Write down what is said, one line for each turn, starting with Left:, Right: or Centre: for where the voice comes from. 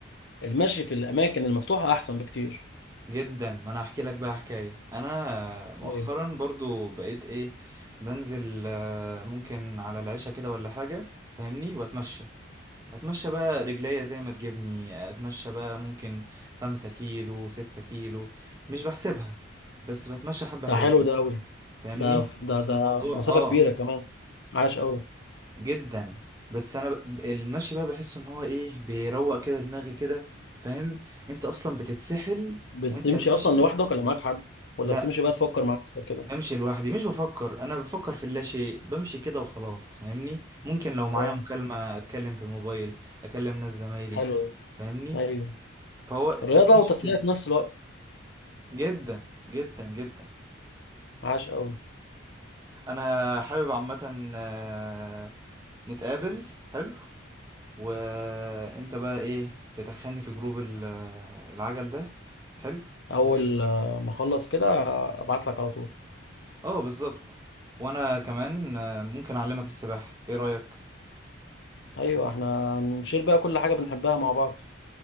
Left: المشي في الاماكن المفتوحة احسن بكتير
Right: جدا ما انا هحكي لك بقى حكايه انا مؤخرا
Left: طيب.
Right: برضو بقيت ايه بنزل آه، ممكن على العشاء كده ولا حاجه فاهمني واتمشى اتمشى بقى رجليا زي ما تجيبني اتمشى بقى ممكن خمسة كيلو ستة كيلو مش بحسبها بس بتمشى حبه
Left: ده
Right: حلوه
Left: حلو ده قوي
Right: فاهمني
Left: ده ده
Right: في
Left: ده
Right: الموضوع
Left: مسافة
Right: اه
Left: كبيرة كمان عاش قوي
Right: جدا بس انا ب- المشي بقى بحس ان هو ايه بيروق كده دماغي كده فاهم انت اصلا بتتسحل
Left: بتمشي
Right: وانت ماشي
Left: اصلا لوحدك ولا معاك حد ولا
Right: لا
Left: بتمشي بقى تفكر مع نفسك كده
Right: بمشي لوحدي مش بفكر انا بفكر في اللاشيء بمشي كده وخلاص فاهمني ممكن لو معايا
Left: اه
Right: مكالمة اتكلم في الموبايل اكلم ناس زمايلي
Left: حلو
Right: فاهمني
Left: ده. ايوه
Right: فهو
Left: رياضة
Right: بتمشي
Left: وتسلية
Right: كده
Left: في نفس الوقت
Right: جدا جدا جدا
Left: عاش قوي
Right: انا حابب عامة آه، نتقابل حلو وانت بقى ايه تدخلني في جروب ال- العجل ده حلو
Left: اول
Right: و...
Left: آه، ما اخلص كده ابعت لك على طول
Right: اه بالظبط وانا كمان آه، ممكن اعلمك السباحة ايه رأيك
Left: ايوه احنا هنشير بقى كل حاجه بنحبها مع بعض